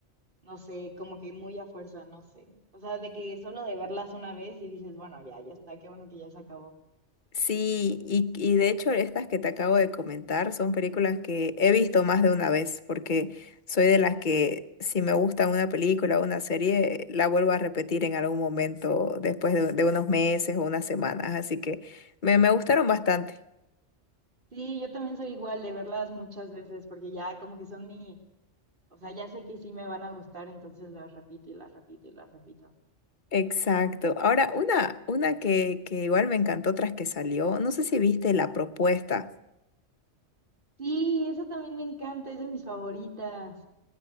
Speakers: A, on the right (about 45°); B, on the left (about 45°).
A: no sé, como que muy a fuerza, no sé. O sea, de que solo de verlas una vez y dices, bueno, ya, ya está, qué bueno que ya se acabó.
B: Sí, y, y de hecho estas que te acabo de comentar son películas que he visto más de una vez, porque soy de las que si me gusta una película o una serie, la vuelvo a repetir en algún momento después de, de unos meses o unas semanas, así que me, me gustaron bastante.
A: Sí, yo también soy igual de verlas muchas veces, porque ya como que son mi. O sea, ya sé que sí me van a gustar, entonces las repito y las repito y las repito.
B: Exacto. Ahora, una, una que, que igual me encantó tras que salió, no sé si viste La Propuesta.
A: Sí, esa también me encanta, es de mis favoritas.